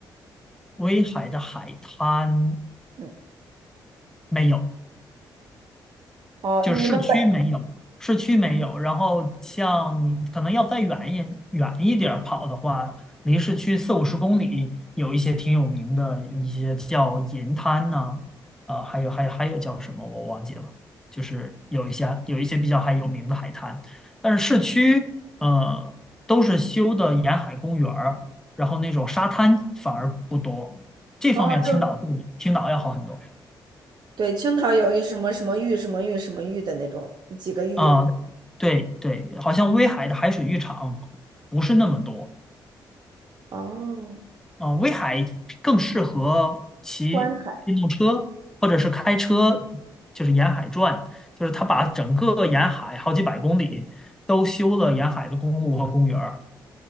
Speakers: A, in the centre; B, on the right (about 55°).
A: 威海的海滩
B: 嗯，
A: 没有，
B: 哦，
A: 就是市区没有，
B: 那你们本，
A: 市区没有。然后像你可能要再远一远一点儿跑的话，离市区四五十公里，有一些挺有名的一些叫银滩呐、呃，还有还有还有叫什么我忘记了，就是有一些有一些比较还有名的海滩，但是市区呃都是修的沿海公园儿，然后那种沙滩反而不多，这方面青岛比青岛要好很多。
B: 哦，就是对，青岛有一什么什么玉什么玉什么玉的那种，几个玉。
A: 啊，对对，好像威海的海水浴场不是那么多
B: 哦，
A: 啊，威海更适合骑电动车或者是开车，
B: 观海。
A: 就是沿海转，就是他把整个沿海好几百公里都修了沿海的公路和公园儿，